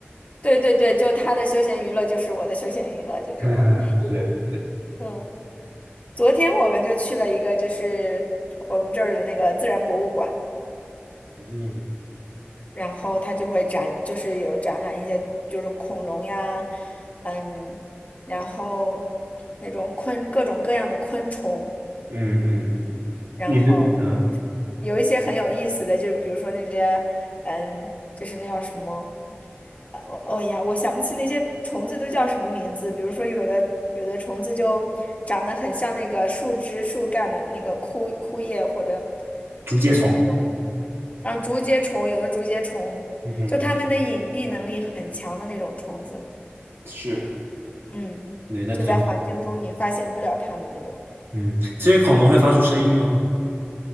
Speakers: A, on the left; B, on the right.
A: 对对对，就他的休闲娱乐就是我的休闲娱乐，就这种，
B: <laughs> 是，
A: <laughs> 嗯。昨天我们就去了一个，就是我们这儿的那个自然博物馆，
B: 嗯
A: 然后它就会展，就是有展览一些就是恐龙呀，嗯，然后那种昆各种各样的昆虫，
B: 嗯嗯嗯，
A: 然后就是有一些很有意思的，
B: 你们嗯，
A: 就是比如说那些，嗯，就是那叫什么？呃哦哎呀，我想不起那些虫子都叫什么名字。比如说，有的有的虫子就长得很像那个树枝、树干的那个枯枯叶，或者
B: 竹节虫，
A: 就是那种，啊，竹节虫，有的竹节虫，
B: 嗯哼，
A: 就它们的隐蔽能力很强的那种虫子，
B: 是，
A: 嗯，
B: 对，那挺好，
A: 就在环境中你发现不了它们那种。
B: 嗯，这些恐龙会发出声音吗？